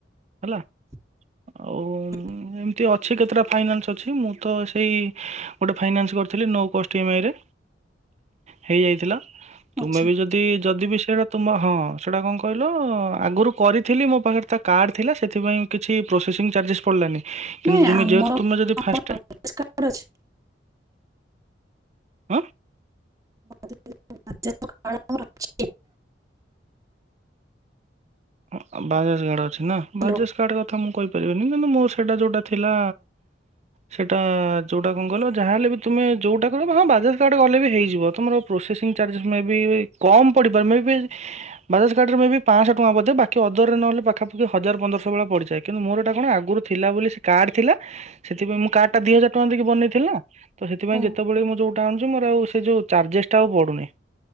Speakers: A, on the right (about 40°); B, on the right (about 20°).
A: ହେଲା?
B: <inaudible>
A: ଆଉ ଏମିତି ଅଛି କେତେଟା ଫାଇନାନ୍ସ ଅଛି। ମୁଁ ତ ସେଇ ଗୋଟେ ଫାଇନାନ୍ସ କରିଥିଲି ନୋ କୋଷ୍ଟ ଇ ଏମ୍ ଆଇରେ।
B: <inaudible>
A: ହେଇଯାଇଥିଲା।
B: ଆଚ୍ଛା
A: ତୁମେ ବି ଯଦି ଯଦି ବି ସେଇଟା ତୁମ ହଁ ସେଟା କଣ କହିଲ? ଆଗରୁ କରିଥିଲି ମୋ ପାଖରେ ତା କାର୍ଡ ଥିଲା ସେଥିପାଇଁ କିଛି ପ୍ରୋସେସିଂ ଚାର୍ଜେସ୍ ପଡ଼ିଲାନି।
B: ନାଇଁ
A: କିନ୍ତୁ ତୁମେ
B: ଆମର
A: ଯେହେତୁ ତମେ ଯଦି ଫାଷ୍ଟ ଟା
B: <unintelligible>
A: ଆଁ?
B: <unintelligible>
A: ହଁ ଆଉ ବାଜାଜ୍ କାର୍ଡ ଅଛି ନା।
B: ହ୍ୟାଲୋ।
A: ବାଜାଜ୍ କାର୍ଡ କଥା ମୁଁ କହି ପାରିବିନି। କିନ୍ତୁ ମୋର୍ ସେଟା ଯୋଉଟା ଥିଲା। ସେଟା ଯୋଉଟା କଣ କହିଲ ଯାହା ହେଲେ ବି ତୁମେ ଯୋଉଟା କିଣିବ। ହଁ ବାଜାଜ୍ କାର୍ଡ଼ ରେ କଲେ ବି ହେଇଯିବ। ତୁମର ପ୍ରୋସେସିଂ ଚାର୍ଜ ମେ ବି କମ୍ ପଡ଼ିପାରେ। ମେବି ଯଦି ବାଜାଜ୍ କାର୍ଡ ରେ ଇ ବି ପାଞ୍ଚଶ ଟଙ୍କା ବୋଧେ। ବାକି ଅଦର୍ ରେ ନହେଲେ ପାଖାପାଖି ହଜାର ପନ୍ଦରଶ ଭଳିଆ ପଡିଯାଏ। କିନ୍ତୁ ମୋର ଏଟା କଣ ଆଗୁରୁ ଥିଲା ବୋଲି ସେ କାର୍ଡ ଥିଲା। ସେଥିପାଇଁ ମୁଁ କାର୍ଡ ଟା ଦି ହଜାର ଟଙ୍କା ବନେଇ ଥିଲି ନା? ତ ସେଥିପାଇଁ
B: ହୁଁ
A: ଯେତେବେଳେ ମୁଁ ଯୋଉଟା ଆଣୁଛି ମୋର୍ ଆଉ ସେ ଯୋଉ ଚାର୍ଜେସ୍ ଟା ଆଉ ପଡୁନି।